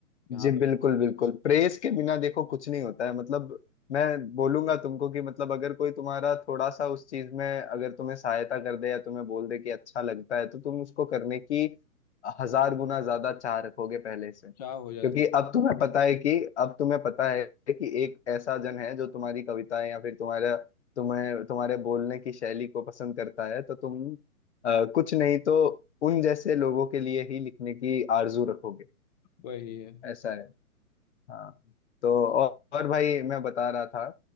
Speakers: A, on the left; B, on the left.
A: यहाँ
B: जी
A: पे
B: बिल्कुल बिल्कुल प्रेस के बिना देखो कुछ नहीं होता है मतलब मैं बोलूंगा तुमको कि मतलब अगर कोई तुम्हारा थोड़ा सा उस चीज में अगर तुम्हें सहायता कर दे या तुम्हें बोल दे कि अच्छा लगता है तो तुम उसको करने की हजार गुना ज्यादा चाह रखोगे पहले से
A: क्या हो जाती
B: क्योंकि
A: है
B: अब तुम्हें पता है कि अब तुम्हें पता है कि एक ऐसा जन है जो तुम्हारी कविताएं या फिर तुम्हारा तुम्हें तुम्हारे बोलने की शैली को पसंद करता है तो तुम अ, कुछ नहीं तो उन जैसे लोगों के लिए ही लिखने की आरजू रखोगे
A: वही है
B: ऐसा है हाँ तो और, और भाई मैं बता रहा था